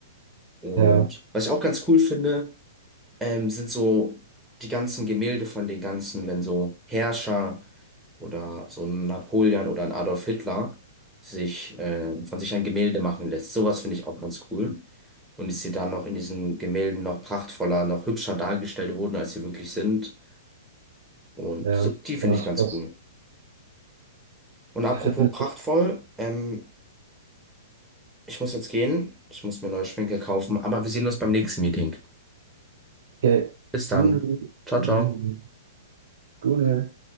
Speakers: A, in the centre; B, on the right.
A: Und
B: Ja,
A: was ich auch ganz cool finde, ähm, sind so die ganzen Gemälde von den ganzen, wenn so Herrscher oder so ein Napoleon oder ein Adolf Hitler sich äh, von sich ein Gemälde machen lässt. Sowas finde ich auch ganz cool. Und ich sie da noch in diesen Gemälden noch prachtvoller, noch hübscher dargestellt wurden, als sie wirklich sind. Und
B: ja.
A: so, die finde
B: Was,
A: ich ganz
B: was
A: cool. Und apropos
B: findest
A: prachtvoll,
B: du?
A: ähm, ich muss jetzt gehen. Ich muss mir neue Schminke kaufen, aber wir sehen uns beim nächsten Meeting.
B: Okay.
A: Bis dann.
B: Google,
A: Ciao,
B: Google,
A: ciao.
B: Google.